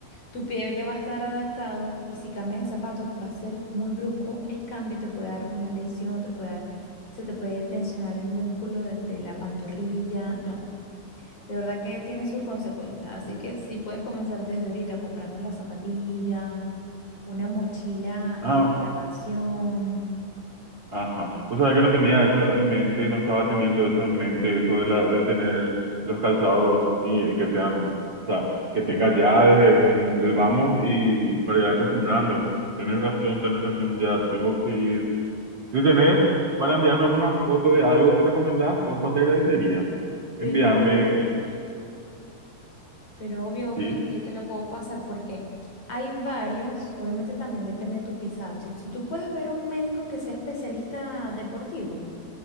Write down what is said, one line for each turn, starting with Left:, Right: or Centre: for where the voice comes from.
Left: tu pie ya va a estar adaptado y si cambias de zapato va a ser muy brusco el cambio y te puede dar una lesión, te puede dar, se te puede tensionar el músculo de, de la pantorrilla. No. De verdad que tiene sus consecuencias, así que sí puedes comenzar desde ahorita comprando la zapatilla, una mochila
Right: Ah,
Left: de hidratación,
Right: Ajá. O sea, que no tenía eso en mente, no estaba teniendo eso en mente, eso de la, de tener los calzados y eh, que sean, o sea, que tenga ya desde un, el vamos y para ir acostumbrando. Tienes razón, tienes razón, ya tengo que ir. Si tenés para enviarme alguna foto de algo que recomendás, porfa, te agradecería.
Left: pero,
Right: Envíame,
Left: pero obvio, ojo,
Right: sí,
Left: yo te lo puedo pasar porque hay varios, obviamente también depende de tu pisada. Si, si tú puedes ver a un médico que sea especialista deportivo,